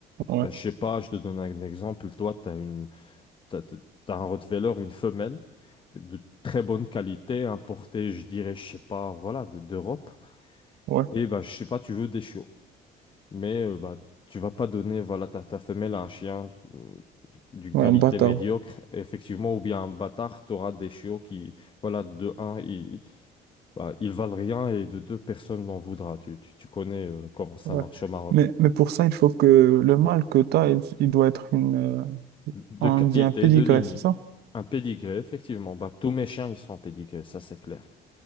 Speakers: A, on the right (about 75°); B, on the left (about 30°).
A: ouais,
B: Bah, je sais pas, je te donne un exemple. Toi, tu as une, t'as, t'as- t'as un Rottweiler, une femelle de très bonne qualité, importée, je dirais, je sais pas, voilà, de, d'Europe.
A: ouais,
B: Et bah, je sais pas, tu veux des chiots. Mais euh, bah, tu vas pas donner, voilà, ta, ta femelle à un chien euh, d'une
A: ouais,
B: qualité
A: un bâtard.
B: médiocre, effectivement, ou bien un bâtard, tu auras des chiots qui, voilà, de un, ils, bah, ils valent rien et de deux personnes n'en voudra. Tu, tu, tu connais euh, comment ça
A: Ouais.
B: marche au Maroc.
A: Mais, mais pour ça, il faut que le mâle que tu as, il, il doit être une. euh,
B: De
A: on
B: qualité,
A: dit un pédigré,
B: de lignée.
A: c'est ça?
B: Un pédigré, effectivement. Bah, tous mes chiens, ils sont pédigrés, ça c'est clair.